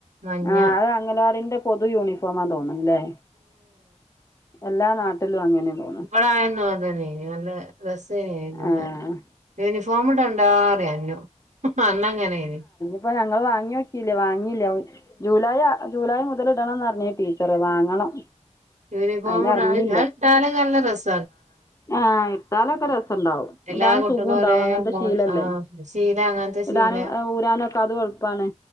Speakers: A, on the right (about 75°); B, on the left (about 25°).
A: മഞ്ഞ
B: ആഹ് അത് അംഗനവാടിന്റെ പൊതു യൂണിഫോമാ തോന്ന്ണ്ല്ലേ എല്ലാ നാട്ടിലും അങ്ങനെയാ തോന്ന്ണ്
A: ഇവിടായന്നു അതന്നെ ഇനി നല്ല രസേന
B: ആഹ്
A: ആയിന്ന യൂണഫോമ ഇടണ്ടറിയ അന്നു അന്നങ്ങനെനി
B: ഇപ്പൊ ഞങ്ങൾ വാങ്ങി നോക്കിയില്ലേ വാങ്ങില്ല ജൂലൈ ജൂലൈ മുതൽ ടണംന്ന് പറഞ്ഞ ടീച്ചറ് വാങ്ങണം
A: യുണിഫോം
B: അതിനെറങ്ങിയില്ല
A: ഇടായി അഇട്ടലൊക്കെ നല്ല രസ
B: ആ ഇട്ടാലൊക്കെ രസംണ്ടാവു
A: എല്ലാ
B: ഇടാനും
A: കുട്ടികളും
B: നസുഖം ഉണ്ടാവും
A: ഒരേ
B: അങ്ങനത്തെ
A: മോഡ
B: ശീലല്ലേ
A: ആ ശീല അങ്ങനത്തെ ശീല
B: ഇടാനും ഊരാനുക്കെ അത് കൊഴപ്പാണ്